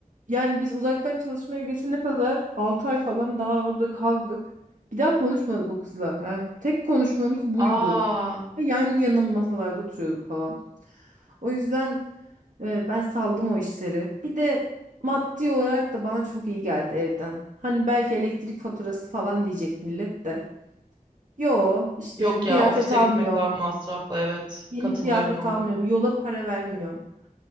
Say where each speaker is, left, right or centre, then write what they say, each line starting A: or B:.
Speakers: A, on the right; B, on the right.
A: yani biz uzaktan çalışmaya geçene kadar 6 ay falan daha orada kaldık. Bir daha konuşmadık o kızla. Yani tek konuşmamız buydu.
B: Aa,
A: Ve yan yana masalarda oturuyorduk falan. O yüzden ee, ben saldım o işleri. Bir de maddi olarak da bana çok iyi geldi evden. Hani belki elektrik faturası falan diyecek millet de. Yo işte
B: yok
A: kıyafet
B: ya ofise
A: almıyorum.
B: gitmek daha masraflı evet.
A: Yeni
B: Katılıyorum
A: kıyafet
B: ona.
A: almıyorum. Yola para vermiyorum.